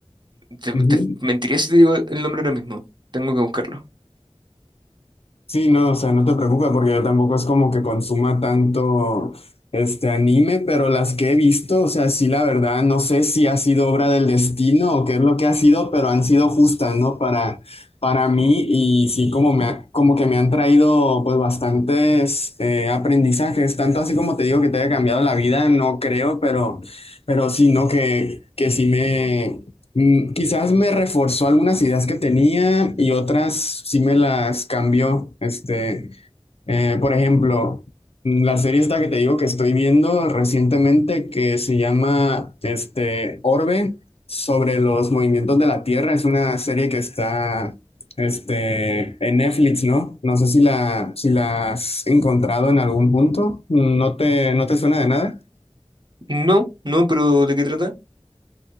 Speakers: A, on the right (about 45°); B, on the left (about 70°).
A: te,
B: Ujú.
A: te mentiría si te digo el nombre ahora mismo. Tengo que buscarlo.
B: Sí, no, o sea, no te preocupes porque yo tampoco es como que consuma tanto este anime, pero las que he visto, o sea, sí, la verdad, no sé si ha sido obra del destino o qué es lo que ha sido, pero han sido justas, ¿no? Para, para mí y sí, como me ha- como que me han traído pues bastantes eh, aprendizajes, tanto así como te digo que te haya cambiado la vida, no creo, pero, pero sí, ¿no? Que, que sí Mm, Quizás me reforzó algunas ideas que tenía y otras sí me las cambió. Este, eh, por ejemplo, mm, la serie esta que te digo que estoy viendo recientemente que se llama este, Orbe sobre los movimientos de la Tierra. Es una serie que está este, en Netflix, ¿no? No sé si la, si la has encontrado en algún punto. ¿No te, no te suena de nada?
A: No, no, pero ¿de qué trata?